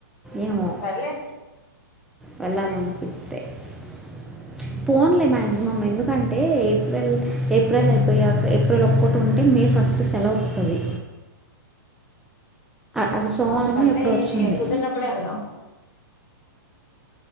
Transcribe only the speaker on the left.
సర్లే
అన్న
కుదున్నప్పుడే అదా